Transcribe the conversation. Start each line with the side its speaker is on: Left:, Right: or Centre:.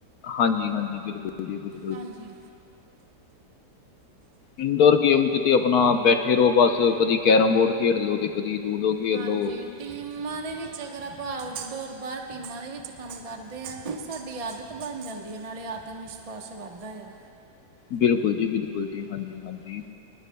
Left: ਹਾਂਜੀ, ਹਾਂਜੀ ਬਿਲਕੁਲ ਜੀ, ਬਿਲ
Right: ਹਾਂਜੀ।
Left: ਇਨਡੋਰ ਗੇਮ ਚ ਤੇ ਆਪਨਾ ਬੈਠੇ ਰੋ ਬਸ, ਕਦੀ ਕੈਰਮ ਬੋਰਡ ਖੇਡ ਲੋ ਤੇ ਕਦੀ ਲੂਡੋ। ਖੇਡ
Right: ਹਾਂਜੀ,
Left: ਲਓ
Right: ਟੀਮਾਂ ਦੇ ਵਿੱਚ ਅਗਰ ਆਪਾਂ ਆਊਟਡੋਰ ਬਾਹਰ ਟੀਮਾਂ ਦੇ ਵਿੱਚ ਕੰਮ ਕਰਦੇ ਆਂ ਤੇ ਸਾਡੀ ਆਦਤ ਬਨ ਜਾਂਦੀ ਐ ਨਾਲੇ ਆਤਮ ਵਿਸ਼ਵਾਸ ਵੀ ਵੱਧਦਾ ਆ।
Left: ਬਿਲਕੁਲ ਜੀ, ਬਿਲਕੁਲ। <inaudible> ਹਾਂਜੀ ਹਾਂਜੀ,